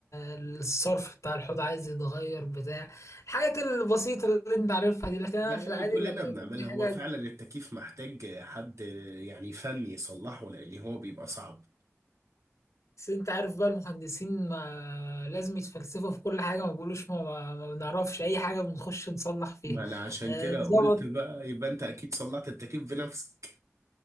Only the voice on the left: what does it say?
آه الصرف بتاع الحوض عايز يتغير بتاع الحاجات البسيطة اللي أنت عارفها دي لكن أنا
في
العادي
لما
يكون في
حاجة
بس أنت عارف بقى المهندسين ما لازم يتفلسفوا في كل حاجة ما بيقولوش ما, ما, ما بنعرفش أي حاجة بنخش نصلح فيها
آه،
ظبط